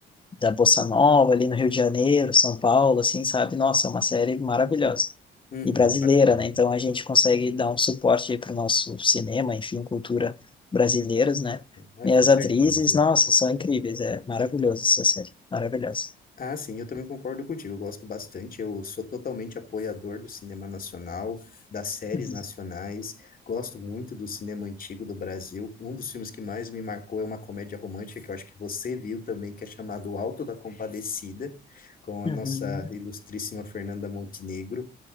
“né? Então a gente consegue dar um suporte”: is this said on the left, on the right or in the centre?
Left